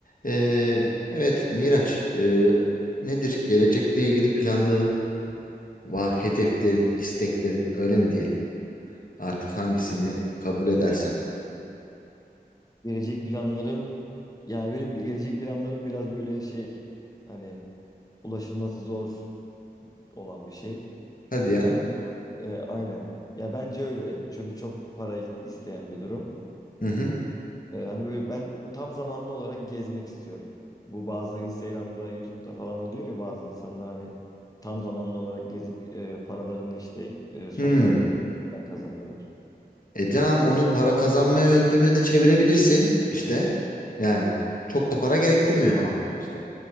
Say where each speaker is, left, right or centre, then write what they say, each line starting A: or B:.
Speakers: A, on the left; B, on the left.
A: Ee, evet Miraç, ee, nedir gelecekle ilgili planların, va hedeflerin, isteklerin öyle mi diyelim? Artık hangisini
B: Ya,
A: kabul edersen.
B: Gelecek planlarım yani benim bir- gelecek planlarım biraz böyle şey hani ulaşılması zor olan bir şey.
A: Hadi ya.
B: Ya ben e, aynen. Ya bence öyle. Çünkü çok para isteyen bir durum.
A: Hı hı.
B: E, hani böyle ben tam zamanlı olarak gezmek istiyorum. Bu bazı Instagram'da, YouTube'da falan oluyor ya bazı insanlar hani tam zamanlı olarak gezip e, paralarını işte e, sosyal
A: Hmm.
B: medyadan kazanıyorlar.
A: E tamam, onu para kazanma yöntemine de çevirebilirsin işte. Yani çok da para gerektirmiyor ama işte.